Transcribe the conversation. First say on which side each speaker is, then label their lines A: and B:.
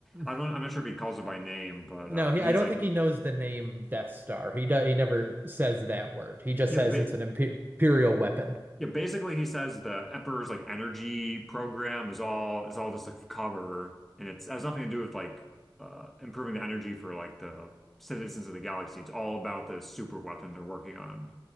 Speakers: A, in the centre; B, on the right.
A: I
B: <laughs>
A: don't I'm not sure if he calls
B: <laughs>
A: it by name but
B: No,
A: uh
B: he,
A: he's
B: I don't
A: like
B: think he knows the name Death Star. He do, he never says that word. He just
A: yeah,
B: says
A: ba
B: it's an impe- imperial weapon.
A: yeah basically he says the Emperor's like energy program is all is all just a cover and it's has nothing to do with like uh improving the energy for like the citizens of the galaxy it's all about this super weapon they're working on